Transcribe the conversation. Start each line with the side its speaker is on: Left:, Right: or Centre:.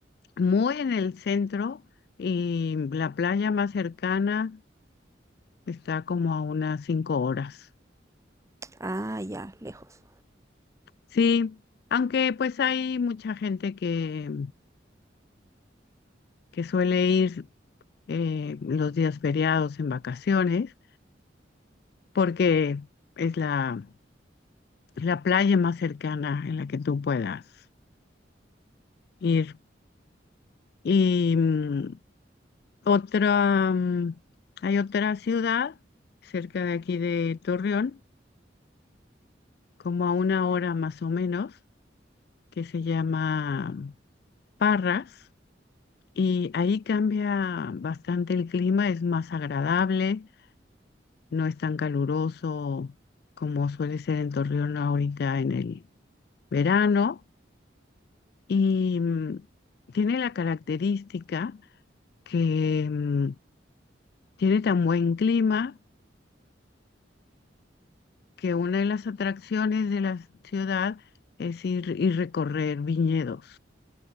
Left: muy en el centro y la playa más cercana está como a unas cinco horas.
Right: Ah, ya, lejos.
Left: Sí, aunque pues hay mucha gente que, que suele ir eh, los días feriados en vacaciones porque es la, la playa más cercana en la que tú puedas ir. Y mm, otra, mm, hay otra ciudad cerca de aquí de Torreón como a una hora más o menos, que se llama Parras, y ahí cambia bastante el clima, es más agradable, no es tan caluroso como suele ser en Torreón ahorita en el verano, y mm, tiene la característica que mm, tiene tan buen clima que una de las atracciones de la ciudad es ir y recorrer viñedos.